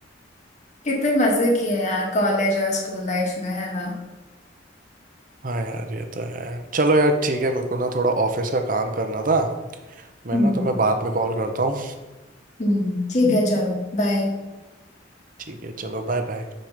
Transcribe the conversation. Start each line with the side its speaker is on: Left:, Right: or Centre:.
Left: कितने मजे किए यार कॉलेज और स्कूल लाइफ में है ना
Right: हाँ यार ये तो है चलो यार ठीक है मेरे को ना थोड़ा ऑफिस का काम करना था मैं
Left: हम्म
Right: ना तुम्हें बाद में कॉल करता हूँ
Left: हम्म ठीक है चलो बाय
Right: ठीक है चलो बाय बाय